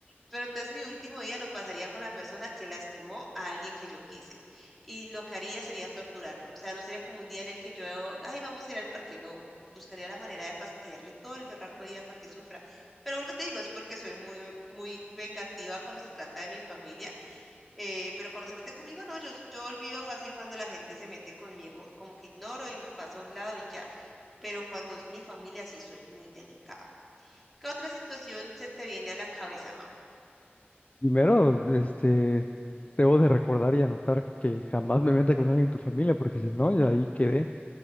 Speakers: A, in the centre; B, on the left (about 35°).
A: Pero entonces mi último día lo pasaría con la persona que lastimó a alguien que yo quise. Y lo que haría sería torturarlo. O sea, no sería como un día en el que yo, ay, vamos a ir al parque. No, buscaría la manera de fastidiarle todo el berraco día para que sufra. Pero vuelvo y te digo, es porque soy muy, muy vengativa cuando se trata de mi familia. eh, pero cuando se mete conmigo, no, yo, yo olvido fácil cuando la gente se mete conmigo. Como que ignoro y paso a un lado y ya. Pero cuando es mi familia, sí soy muy delicada. ¿Qué otra situación se te viene a la cabeza, Mau?
B: Primero, este, debo de recordar y anotar que jamás me meta con alguien en tu familia, porque si no, ya ahí quedé.